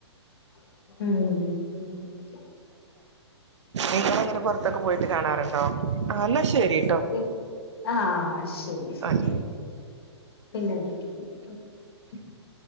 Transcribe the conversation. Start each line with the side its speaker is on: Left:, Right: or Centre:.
Left: മ് <unintelligible>
Right: നിങ്ങളങ്ങനെ പോ ത്തോക്കെപോയിട്ട് കാണാറുണ്ടോ ശരിട്ടോ
Left: <unintelligible> ആഹ ശരി ശരിയാ
Right: ആഹ്
Left: പിന്നെ <unintelligible>